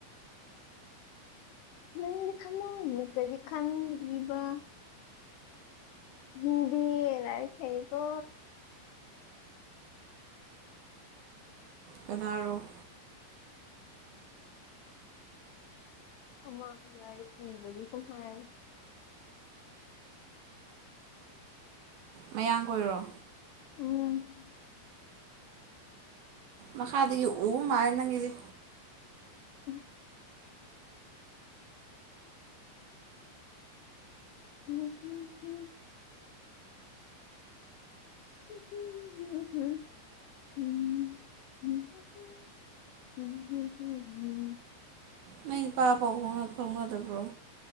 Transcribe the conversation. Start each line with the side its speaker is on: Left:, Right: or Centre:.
Left: ꯅꯪꯒꯤ ꯊꯃꯣꯏꯅ ꯀꯔꯤ ꯈꯟ ꯏꯕ ꯅꯪꯗꯤ ꯂꯥꯏꯔꯤꯛ ꯍꯩꯌꯦꯀꯣ
Right: ꯀꯅꯥꯔꯣ
Left: ꯑꯃ ꯂꯥꯏꯔꯤꯛ ꯏꯕꯒꯤ ꯁꯨꯝ ꯍꯥꯏ
Right: ꯃꯌꯥꯡ ꯀꯣꯏꯔꯣ
Left: ꯎꯝ
Right: ꯃꯈꯥꯗꯒꯤ ꯎ ꯃꯥꯜꯂꯦ ꯅꯪꯒꯤꯁꯦ
Left: ꯎꯝ ꯍꯨꯝ ꯍꯨꯝ ꯍꯝ ꯎ <inaudible> ꯎꯝꯝ ꯍꯝꯝ <inaudible>
Right: ꯅꯪ ꯏꯄꯥ ꯄꯥꯎ ꯐꯥꯎꯅꯗꯕ꯭ꯔꯣ